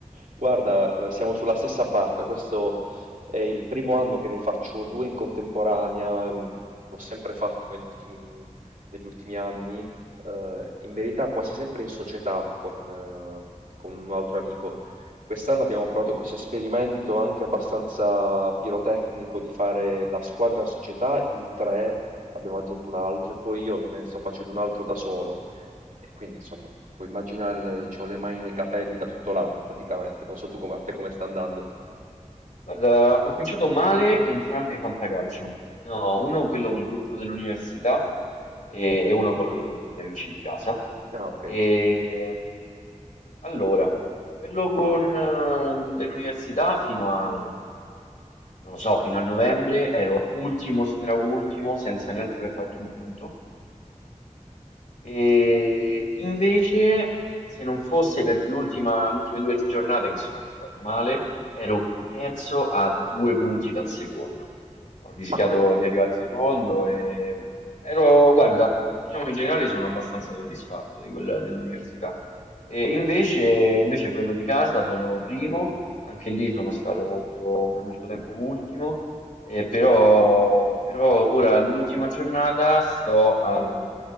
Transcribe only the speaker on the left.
Guarda, ho cominciato male entrambi i Fantacalcio. No, uno quello col gruppo dell'università, e, e uno col- con gli amici di casa.
E, mm, allora, quello con, eh, dell'università fino a, non lo so, fino a novembre ero ultimo, straultimo, senza neanche aver fatto un punto. E invece, se non fosse per l'ultima, le ultime due giornate che sono andate proprio male, ero terzo a due punti dal secondo. Ho rischiato
di arrivare secondo e ero, guarda, diciamo in generale sono abbastanza soddisfatto di quella dell'università. E invece, invece quello di casa sono primo, anche lì sono stato molto, per molto tempo ultimo. Eh, però, però ora l'ultima giornata sto a,